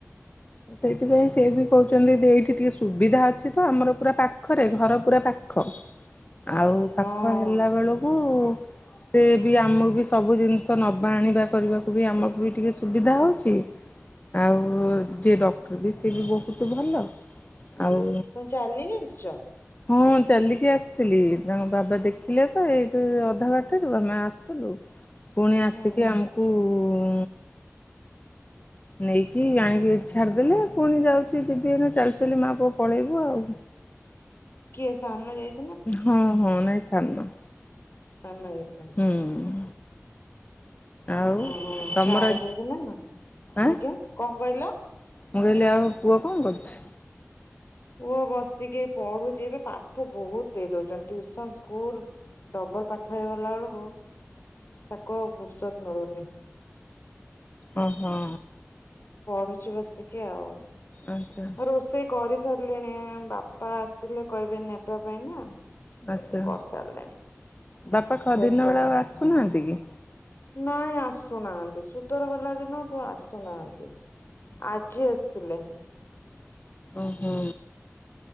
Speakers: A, on the left; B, on the left.
A: ସେଇଥିପାଇଁ ସେ ବି କହୁଛନ୍ତି ଏଇଠି ଟିକେ ସୁବିଧା ଅଛି ତ ଆମର ପୁରା ପାଖରେ ଘର ପୁରା ପାଖ। ଆଉ
B: ହଁ।
A: ପାଖ ହେଲା ବେଳକୁ ସେ ବି ଆମକୁ ବି ସବୁ ଜିନିଷ ନବା ଆଣିବା କରିବାକୁ ବି ଆମ ବି ଟିକେ ସୁବିଧା ହେଉଛି। ଆଉ ଯିଏ ଡକ୍ଟର ବି ସିଏ ବି ବହୁତ ଭଲ। ଆଉ
B: ତୁମେ ଚାଲିକି ଆସିଛ?
A: ହଁ ଚାଲିକି ଆସିଥିଲି ତାଙ୍କ ବାବା ଦେଖିଲେ ତ ଏଇଠୁ ଅଧା ବାଟରୁ ଆମେ ଆସିଥିଲୁ। ପୁଣି ଆସିକି
B: ହୁଁ
A: ଆମକୁ ଉ ନେଇକି ଆଣିକି ଏଇଠି ଛାଡିଦେଲେ ପୁଣି ଯାଉଛି ଯିବି ହେନ ଚାଲି ଚାଲି ମା ପୁଅ ପଳେଇବୁ ଆଉ।
B: କି ସାନ ଯାଇ
A: ହଁ ହଁ ନାଇଁ ସାନ।
B: ସାନ ଯାଇଛନ୍ତି।
A: ହୁଁ ଆଉ
B: ଓ ହଁ
A: ତମର
B: ଛାଡେ ଦେଇକି ନାହିଁନା?
A: ଆଁ
B: ଆଜ୍ଞା କଣ କହିଲ?
A: ମୁଁ କହିଲି ଆଉ ପୁଅ କଣ କରୁଛୁ?
B: ପୁଅ ବସିକି ପଢୁଚି ଏବେ। ପାଠ ବହୁତ ଦେଇ ଦଉଚନ୍ତି ଟିଉସନ, ସ୍କୁଲ୍ ଡ ବଲ ପାଠ ହେଇଗଲା ବେଳକୁ ତାକୁ ଆଉ ଫୁର୍ସତ ମିଳୁନି।
A: ଓ ହଁ।
B: ପଢୁଛି ବସିକି ଆଉ।
A: ଆଚ୍ଛା
B: ରୋଷେଇ କରି ସାରି ଲିଣି ବାପା ଆସିଲେ କହିବେ ନେବା ପାଇଁ ନା।
A: ଆଚ୍ଛା
B: କରିସାରିଲେଣି
A: ବାପା ଖ-ଦିନ
B: ପ୍ୟାକ୍ କରି
A: ବେଳେ ଆଉ ଆସୁନାହାନ୍ତି କି?
B: ନାଇଁ ଆସୁନାହାନ୍ତି। ସୁତର ଗଲା ଦିନ ତ ଆସୁନାହାନ୍ତି। ଆଜି ଆସିଥିଲେ।
A: ଓ ହୋ।